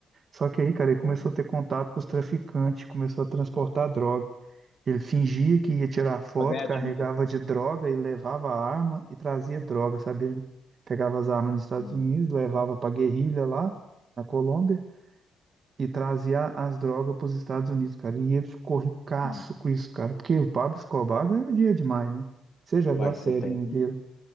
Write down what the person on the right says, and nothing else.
Só que aí, cara, ele começou
a ter contato com os traficantes, começou a transportar droga. Ele fingia que ia tirar foto,
carregava
de droga e levava a arma e trazia droga, sabe? Ele pegava as armas nos Estados
Unidos, levava pra guerrilha lá na Colômbia e trazia as drogas pros Estados Unidos, cara. E ele ficou ricaço
com isso, cara, porque o Pablo Escobar ganhou dinheiro demais, né? Você já
viu a série,
né, dele?